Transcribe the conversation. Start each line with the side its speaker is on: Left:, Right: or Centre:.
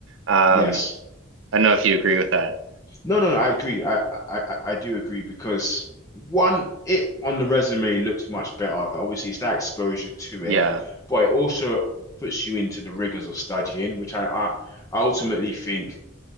Right: Um,
Left: Yes.
Right: I don't know if you agree with that.
Left: No, no, no. I agree. I, I, I I do agree because one, it on the resume looks much better. Obviously, it's that exposure to
Right: Yeah.
Left: it, but it also puts you into the rigors of studying, which I, I, I ultimately think